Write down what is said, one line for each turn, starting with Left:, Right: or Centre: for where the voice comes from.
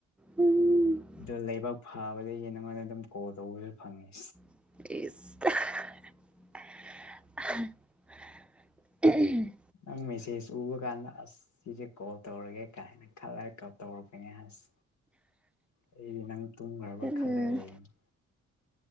Centre: ꯎꯝ
Left: ꯑꯗꯨ ꯂꯩꯕꯥꯛ ꯐꯥꯕꯗꯒꯤ ꯅꯉꯣꯟꯗ ꯑꯗꯨꯝ ꯀꯣꯜ ꯇꯧꯕꯁꯨ ꯐꯪꯉꯦ
Centre: ꯁ
Left: ꯄꯨꯡ ꯃꯦꯁꯦꯖ ꯎꯕ ꯀꯥꯟꯗ ꯑꯁ ꯁꯤꯁꯦ ꯀꯣꯜ ꯇꯧꯔꯒꯦ ꯀꯥꯏꯅ ꯈꯜꯂꯒ ꯀꯣꯜ ꯇꯧꯔꯛꯄꯅꯦ ꯑꯁ ꯑꯩꯗꯤ ꯅꯪ ꯇꯨꯝꯈ꯭ꯔꯕ
Centre: ꯎꯝ
Left: ꯈꯜꯂꯒ ꯔꯩꯔꯝꯅꯤ